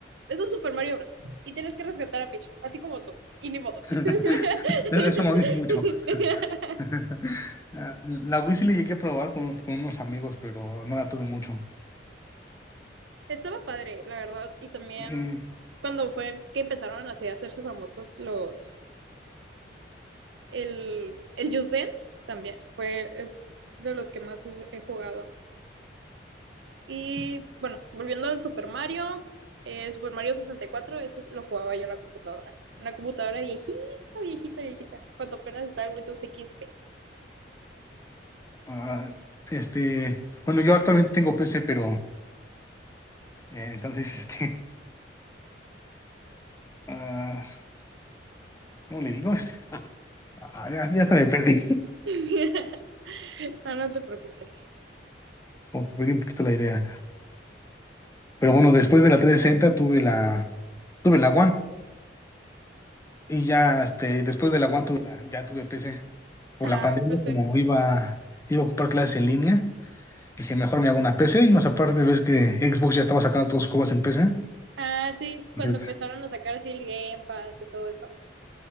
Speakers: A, on the right; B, on the left.
A: Es un Super Mario Bros. Y tienes que rescatar a Peach, así como Tox. Y ni modo.
B: <laughs>
A: <laughs>
B: Eso no dice mucho. <laughs> Ah, La Wii sí le llegué a probar con, con unos amigos, pero no la tuve mucho.
A: Estaba padre, la verdad. Y también
B: Sí.
A: cuando fue que empezaron así a hacerse famosos los. El, el Just Dance también fue es de los que más he jugado. Y bueno, volviendo al Super Mario, eh, Super Mario sesenta y cuatro ese lo jugaba yo en la computadora. Una computadora viejita, viejita, viejita. Cuando apenas estaba el Windows XP.
B: ah, este, bueno, yo actualmente tengo PC, pero eh, entonces, <laughs> este, ah, ¿cómo le digo? Este, ah, ya, ya me perdí.
A: <laughs> no, no te preocupes.
B: <laughs> Como que perdí un poquito la idea. Pero bueno, después de la 360 tuve la, tuve la One. Y ya, este, después de la One tuve la, ya tuve PC. Por
A: Ah,
B: la pandemia,
A: pues sí.
B: como iba, iba a ocupar clases en línea, dije, mejor me hago una PC. Y más aparte, ves que Xbox ya estaba sacando todos sus juegos en PC.
A: Ah, sí,
B: Dije,
A: cuando empezaron a sacar así el Game Pass y todo eso.